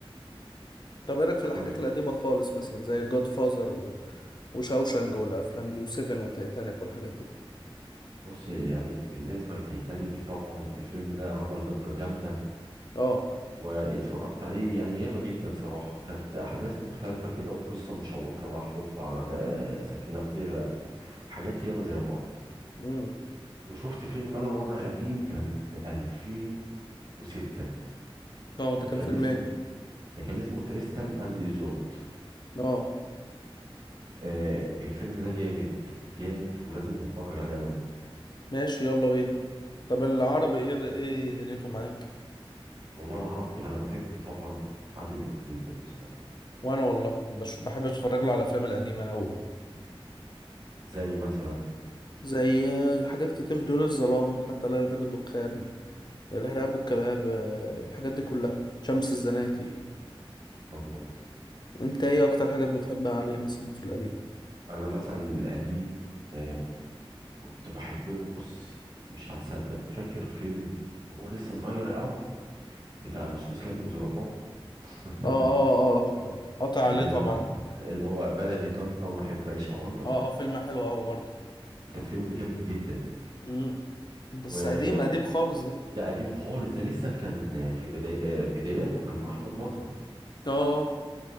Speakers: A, on the left; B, on the right.
A: طب ايه رايك في الحاجات
B: قول
A: القديمه خالص مثلا زي جود فازر و... وشاوشانج والافلام دي وسيفن وتايتانيك والحاجات دي
B: بص يعني بالنسبة لتيتانيك طبعا الفيلم ده عمل ضجة جامدة
A: اه
B: واتفرجت عليه يعني ياما جدا صراحة كانت أحداث مختلفة كده وقصة مشوقة بقى حب على غ- سفينة بتغرق حاجات ياما زي بعض
A: امم
B: وشفت فيلم أنا مرة قديم كان 2006
A: اه ده كان
B: كان
A: فيلم
B: اسمه
A: ايه
B: ده كان اسمه تريستان أند إيزولد
A: اه
B: آه الفيلم ده جامد جامد ولازم نتفرج عليه أنا وأنت
A: ماشي يلا بينا طب العربي ايه ايه دنيته معاك
B: والله العربي أنا بحب طبعا عادل إمام جدا بصراحة
A: وانا والله بش... بحب اتفرج له على الافلام القديمه قوي برضه
B: زي مثلا
A: زي آه، حاجات كتير دول الظلام حتى لا يطير الدخان الارهاب والكباب آه، الحاجات دي كلها شمس الزناتي
B: الله
A: انت ايه اكتر حاجات بتحبها عليه مثلا في القديم
B: انا مثلا القديم آه، كنت بحب له بص مش هتصدق فاكر فيلم وهو لسه صغير قوي بتاع اللصوص لكن ظرفاء <laughs>
A: اه اه اه قطع عليه
B: اللي
A: طبعا
B: هو اللي هو بلدي طنطا وانا احب اعيش اونطه
A: اه اه فيلم حلو قوي برضه
B: ده فيلم جامد جدا
A: امم بس
B: وده
A: قديم قديم خالص ده
B: قديم خالص ده لسه كان في بداية بداياته كان مع احمد مظهر
A: اه اه